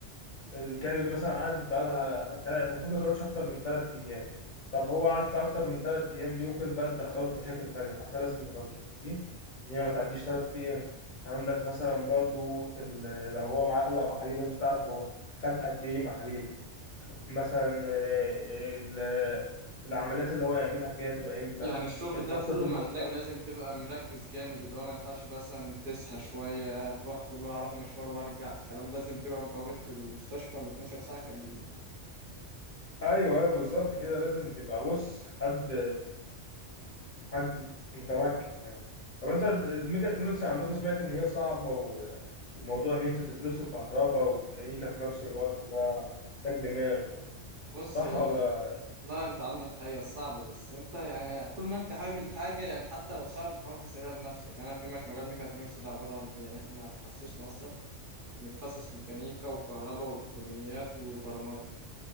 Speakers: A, on the left; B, on the right.
A: الكانيو دي مثلا قعدت بقالها تلا- المفروض ما تقعدش اكتر من ثلاث ايام طب هو قعدت اكتر من ثلاث ايام دي ممكن بقى تدخله في مشاكل تانية فاحنا لازم نبقى مركزين ان هي ما تعديش ثلاث ايام عندك مثلا برضو ال- لو هو معلق محاليل لازم تعرف هو خد قد ايه محاليل مثلا آه، ال- العمليات اللي هو يعملها الجايه تبقى امتى
B: يعني الشغل
A: الفحوصات
B: ده كله
A: المطلوبه
B: محتاج لازم تبقى مركز جامد اللي هو ما ينفعش مثلا تسهى شوية تروح تقول له هروح مشوار وارجع الكلام ده لازم تبقى متواجد في المستشفى ال 12 ساعة كاملين
A: ايوه ايوه بالظبط كده لازم تبقى بص حد حد متمكن يعني طب انت الميجاترونكس عندكم سمعت ان هي صعبة و... وموضوع ان انت تدرسه كهرباء وميكانيكا في نفس الوقت ده محتاج دماغ و...
B: بص
A: صح
B: هي
A: ولا
B: لا انت عندك هي صعبة بس انت يعني طول ما انت حابب الحاجة يعني حتى لو صعب تحاول تسهلها لنفسك يعني انا فاهمك مجال ميكاترونكس ده عبارة عن ايه يعني احنا تخصصنا اصلا نتخصص ميكانيكا وكهرباء والكترونيات وبرمجة